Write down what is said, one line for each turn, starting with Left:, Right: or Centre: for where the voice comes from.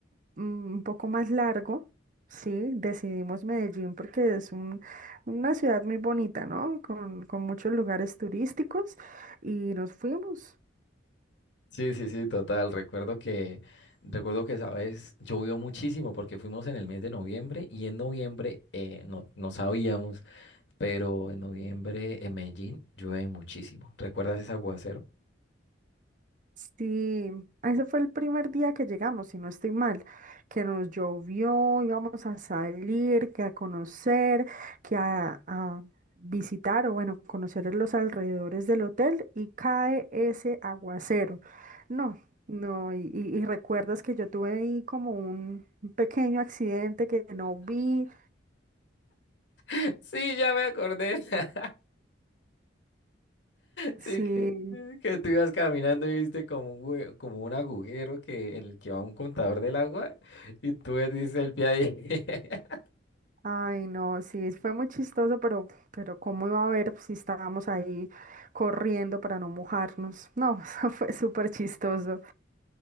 Right: mm, un poco más largo, sí, decidimos Medellín porque es un- una ciudad muy bonita, ¿no? Con, con muchos lugares turísticos y nos fuimos.
Left: Sí, sí, sí, total. Recuerdo que, recuerdo que esa vez llovió muchísimo porque fuimos en el mes de noviembre y en noviembre eh, no, no sabíamos pero en noviembre en Medellín llueve muchísimo. ¿Recuerdas ese aguacero?
Right: Sí, ese fue el primer día que llegamos, si no estoy mal, que nos llovió, íbamos a salir, que a conocer, que a, a visitar o bueno, conocer los alrededores del hotel y cae ese aguacero. No, no, y, y- y recuerdas que yo tuve ahí como un un pequeño accidente que no vi,
Left: <laughs> Sí, ya me acordé. <laughs> Sí,
Right: sí,
Left: que, que tú ibas caminando y viste como un, hue- como un agujero que, en el que va un contador del agua <laughs> y tú ves el pie ahí. <laughs>
Right: Ay, no, sí, fue muy chistoso, pero, pero ¿cómo iba a ver si estábamos ahí corriendo para no mojarnos? No, <laughs> eso fue súper chistoso.